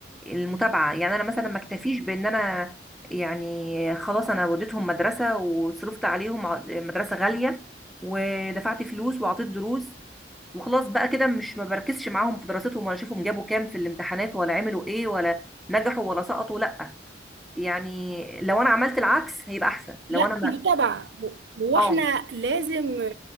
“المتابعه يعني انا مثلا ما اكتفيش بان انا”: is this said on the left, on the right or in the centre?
Centre